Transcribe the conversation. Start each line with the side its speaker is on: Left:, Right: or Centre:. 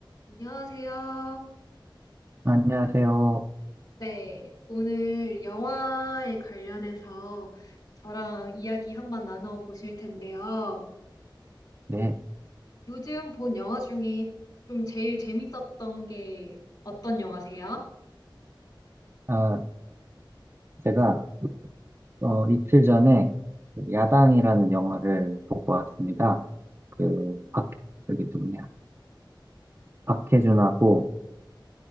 Left: 안녕하세요.
Right: 안녕하세요.
Left: 네, 오늘 영화에 관련해서 저랑 이야기 한번 나눠 보실 텐데요.
Right: 네,
Left: 요즘 본 영화 중에 좀 제일 재밌었던 게 어떤 영화세요?
Right: 아, 제가 어, 이틀 전에 그 야당이라는 영화를 보고 왔습니다. 그 박, 저기 누구냐, 박해준하고